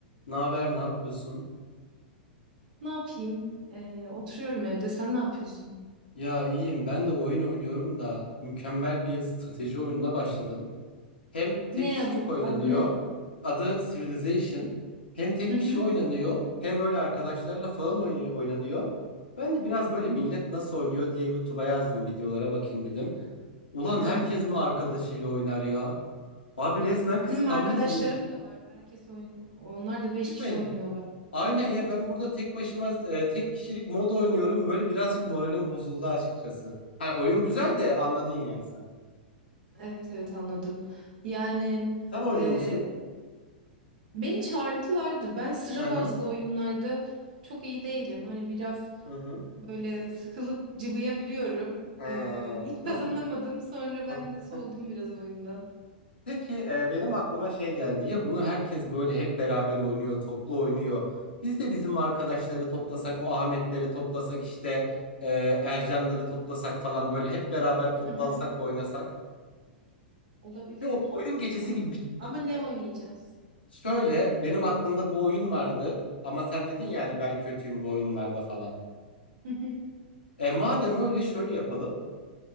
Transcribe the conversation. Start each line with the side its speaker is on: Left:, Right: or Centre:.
Left: Ne haber, ne yapıyorsun?
Right: Ne yapayım? Ee, oturuyorum evde. Sen ne yapıyorsun?
Left: Ya iyiyim. Ben de oyun oynuyorum da mükemmel bir strateji oyununa başladım. Hem tek
Right: Ne
Left: kişilik
Right: adı
Left: oynanıyor.
Right: adı ne?
Left: Adı Civilization. Hem tek
Right: Hı hı.
Left: kişi oynanıyor, hem böyle arkadaşlarla falan oyn- oynanıyor. Ben de biraz böyle millet nasıl oynuyor diye YouTube'a yazdım, videolara bakayım dedim. Ulan
Right: Evet.
Left: herkes mi arkadaşıyla oynar ya? Abi resmen kıskandım.
Right: Benim arkadaşlarım
Left: Değil
Right: da var. Herkes oynuyor. Onlar da beş kişi
Left: mi?
Right: oynuyorlar.
Left: Aynen
Right: Hı hı.
Left: ya ben burada tek başıma e, tek kişilik mod oynuyorum. Böyle birazcık moralim bozuldu açıkçası. Hani oyun güzel de anladın yani sen.
Right: Evet evet anladım. Yani
Left: Sen oynuyor
Right: e,
Left: musun?
Right: beni çağırdılardı. Ben sıra
Left: Hı hı.
Right: bazlı oyunlarda çok iyi değilim. Hani biraz
Left: Hı hı.
Right: böyle sıkılıp cıvıyabiliyorum.
Left: Ha.
Right: Ee, hiç kazanamadım. Sonra
Left: <laughs>
Right: ben de soğudum biraz oyundan.
Left: Peki e, benim aklıma şey geldi. Ya bunu herkes böyle hep beraber oynuyor, toplu oynuyor. Biz de bizim arkadaşları toplasak, o Ahmetleri toplasak işte e, Ercanları toplasak falan böyle hep beraber toplansak,
Right: Hı hı.
Left: oynasak.
Right: Olabilir.
Left: Bir oy- oyun gecesi
Right: Olabilir.
Left: gibi bir şey
Right: Ama
Left: yapsak.
Right: ne oynayacağız?
Left: Şöyle benim aklımda bu oyun vardı ama sen dedin yani ben kötüyüm bu oyunlarda falan.
Right: <laughs>
Left: E madem öyle şöyle yapalım.